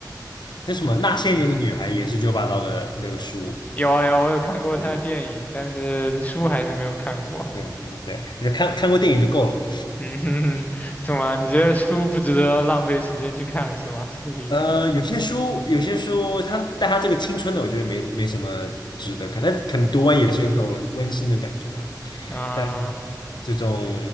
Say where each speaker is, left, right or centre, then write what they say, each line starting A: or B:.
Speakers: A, on the left (about 80°); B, on the left (about 20°).
A: 那什么《那些年的女孩》也是九把刀的那个书，
B: 有啊有啊我有看过他的电影，
A: 对对
B: 但是书还是没有看过。
A: 对对，对你看看过电影就够了。
B: 嗯哼哼，怎么啊？你觉得书不值得浪费时间去看是吗？是这个意思？
A: 呃，有些书，有些书它，但它这个青春的，我觉得没没什么值得看。但可能读完也是有那种温馨的感觉了。
B: 啊、
A: 但这种